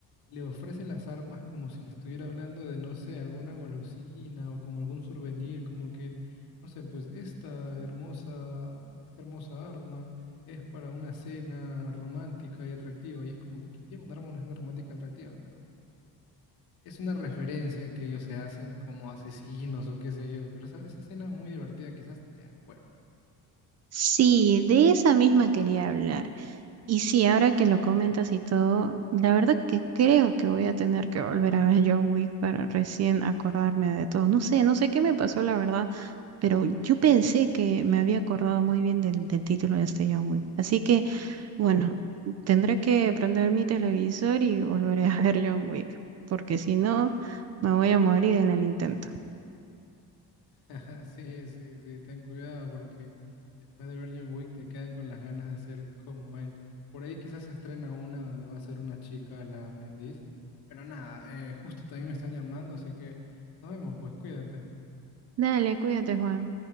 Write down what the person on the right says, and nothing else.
Sí, de esa misma quería hablar. Y sí, ahora que lo comentas y todo, la verdad que creo que voy a tener que volver a ver John Wick para recién acordarme de todo. No sé, no sé qué me pasó, la verdad, pero yo pensé que me había acordado muy bien del, del título de este John Wick. Así que, bueno, tendré que prender mi televisor y volveré a ver John Wick, porque si no, me voy a morir en el intento.
Dale, cuídate, Juan.